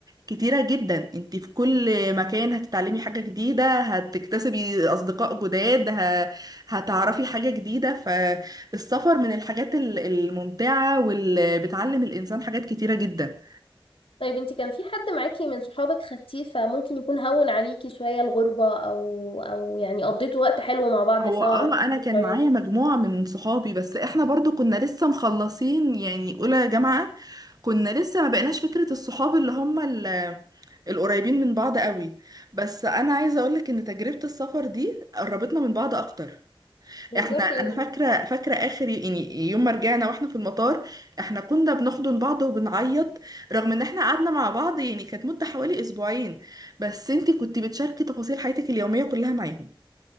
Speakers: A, on the right; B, on the left.
A: كتيره جدا انت في كل مكان هتتعلمي حاجه جديده هتكتسبي اصدقاء جداد ه... هتعرفي حاجه جديده فالسفر من الحاجات ال- الممتعه واللي بتعلم الانسان حاجات كتيره جدا
B: طيب انت كان في حد معاكي من صحابك خدتيه فممكن يكون هون عليكي شوية الغربة أو أو يعني قضيتوا وقت حلو مع بعض
A: هو
B: سوا
A: اه
B: عملتوا
A: انا
B: ذكريات
A: كان معايا مجموعة من صحابي بس احنا برضو كنا لسه مخلصين يعني اولى جامعة كنا لسه ما بقيناش فكرة الصحاب اللي هم ال- القريبين من بعض قوي بس انا عايزة اقولك ان تجربة السفر دي قربتنا من بعض اكتر
B: بالظبط
A: احنا انا
B: يعني
A: فاكرة فاكرة اخر يعني يوم ما رجعنا واحنا في المطار احنا كنا بنحضن بعض وبنعيط رغم ان احنا قعدنا مع بعض يعني كانت مدة حوالي اسبوعين بس انتي كنتي بتشاركي تفاصيل حياتك اليومية كلها معاهم